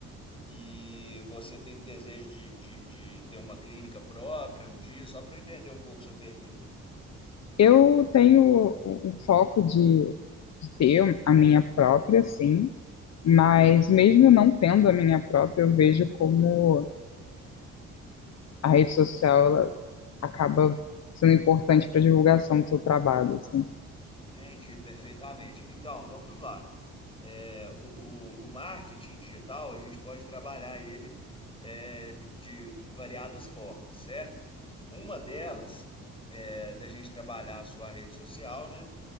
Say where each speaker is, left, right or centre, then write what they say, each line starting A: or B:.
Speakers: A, on the left; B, on the left.
A: e você tem desejo de, de, de ter uma clínica própria um dia, só para eu entender um pouco o seu perfil.
B: Eu tenho um foco de, de ter a minha própria, sim, mas mesmo não tendo a minha própria, eu vejo como. a rede social ela acaba sendo importante para divulgação do seu trabalho, assim.
A: Entendi perfeitamente. Então, vamos lá. É, o, o- o marketing digital, a gente pode trabalhar ele é, de, de variadas formas, certo? Uma delas é da gente trabalhar a sua rede social, né?